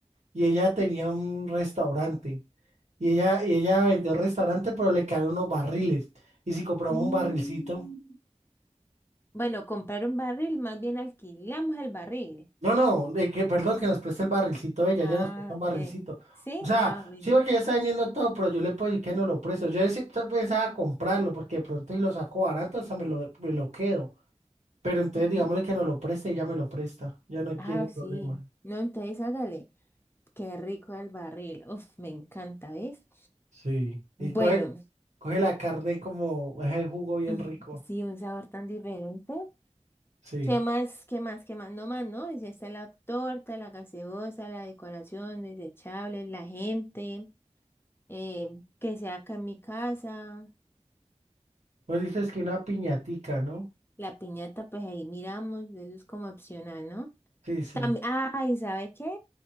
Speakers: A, on the right; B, on the left.
A: y ella tenía un restaurante. Y ella, y ella vendió el restaurante, pero le quedaron unos barriles. Y si compramos
B: Mm,
A: un barrilcito.
B: Bueno, comprar un barril, más bien alquilamos el barril.
A: No, no, de que, perdón, que nos preste el barrilcito ella,
B: Ah,
A: ella nos presta un barrilcito.
B: ok. Sí,
A: O sea,
B: ah, bueno.
A: sí, porque ella está vendiendo todo, pero yo le puedo decir que no lo presto. Yo sí pensaba comprarlo, porque de pronto si lo saco barato, hasta me lo, me lo quedo. Pero entonces
B: Mm.
A: digámosle que no lo preste y ella me lo presta. Ya no tiene
B: Ah,
A: problema.
B: sí. No, entonces hágale. Qué rico el barril. Uf, me encanta, ¿ves?
A: Sí. Y
B: Bueno.
A: coge, coge la carne como es el jugo
B: <laughs>
A: bien
B: Mm,
A: rico.
B: Sí, un sabor tan diferente.
A: Sí.
B: ¿Qué más? ¿Qué más? ¿Qué más? No más, ¿no? Ya está la torta, la gaseosa, la decoración, desechables, la gente, eh, que sea acá en mi casa,
A: Vos dices que una piñatica, ¿no?
B: la piñata, pues ahí miramos, eso es como opcional, ¿no?
A: Sí, sí.
B: También, ay, ¿sabe qué?